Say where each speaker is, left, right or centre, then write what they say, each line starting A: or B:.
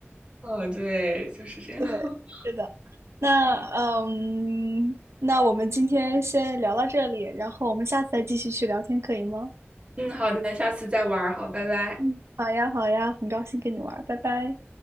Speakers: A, on the right; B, on the right.
A: 哦，对，就是这样。
B: 对，
A: <laughs>
B: 是的。那嗯，
A: 嗯
B: 那我们今天先聊到这里，然后我们下次再继续去聊天，可以吗？
A: 嗯，好的，下次再玩儿，好，拜拜。
B: 嗯，好呀，好呀，很高兴跟你玩儿，拜拜。